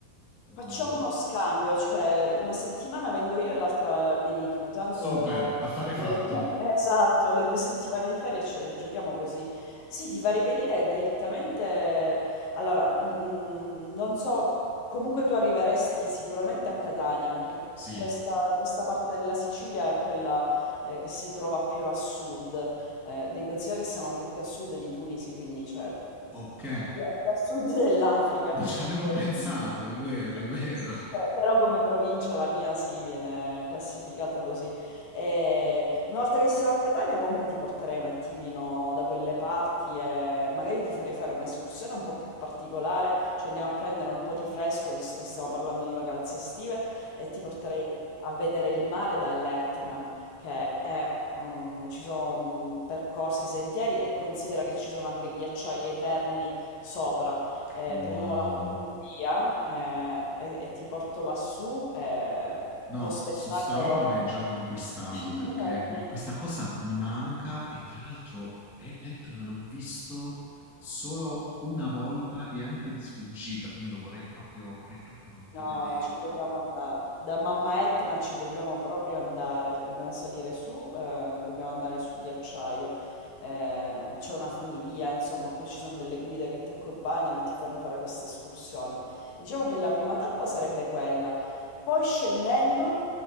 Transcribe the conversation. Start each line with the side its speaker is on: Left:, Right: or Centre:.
Centre: eh,
Left: Facciamo
Centre: per...
Left: uno scambio, cioè una settimana vengo io e l'altra vieni tu, tanto...
Centre: Super, affare fatto.
Left: le- <laughs> Esatto, le due settimane di ferie ce le giochiamo così. Sì, ti farei venire direttamente... Allora, mm, non so, comunque tu arriveresti sicuramente a Catania, perché
Centre: Sì,
Left: questa, questa parte della Sicilia è quella eh, che si trova più a sud. Eh, devi considerare che siamo anche più a sud di Tunisi, quindi cioè
Centre: ok.
Left: più, più a sud dell'Africa.
Centre: Non
Left: Eh,
Centre: ci avevo pensato,
Left: quindi-
Centre: è vero, è vero.
Left: sì, eh, Però come provincia la mia si viene classificata così. E una volta che siamo a Catania comunque ti porterei un attimino da quelle parti e magari ti farei fare un'escursione un po' più particolare, cioè andiamo a prendere un po' di fresco visto che stiamo parlando di vacanze estive e ti porterei a vedere il mare dall'Etna, che è, mm, ci sono mm, percorsi, sentieri e considera che ci sono anche ghiacciai eterni sopra eh,
Centre: Wow.
Left: prendiamo la funivia eh, e, e ti porto lassù, eh,
Centre: No,
Left: lo spettacolo...
Centre: su sta roba mi è già conquistato
Left: <laughs>
Centre: perché questa cosa mi manca e tra l'altro eh, l'Etna l'ho visto solo una volta e anche di sfuggita, quindi lo vorrei proprio, vorrei proprio
Left: No,
Centre: rivederlo.
Left: ci dobbiamo andare. Da Mamma Etna ci dobbiamo proprio andare. Dobbiamo salire su, eh, dobbiamo andare sul ghiacciaio. Ehm, c'è una funivia, insomma, poi ci sono delle guide che ti accompagnano e ti fanno fare questa escursione. Diciamo che la prima tappa sarebbe quella. Poi scendendo